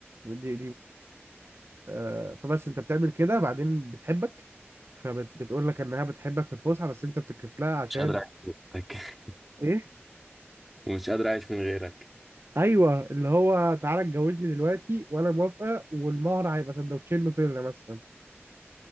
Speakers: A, on the right; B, in the centre.
A: دي دي آه، فبس انت بتعمل كده بعدين بتحبك فبتقول لك انها بتحبك في الفسحه بس انت بتكرف لها عشان
B: مش قادر اعيش من غيرك <laughs>
A: ايه
B: ومش قادر اعيش من غيرك
A: ايوه اللي هو تعالى اتجوزني دلوقتي وانا موافقه والمهر هيبقى سندوتشين نوتيلا مثلا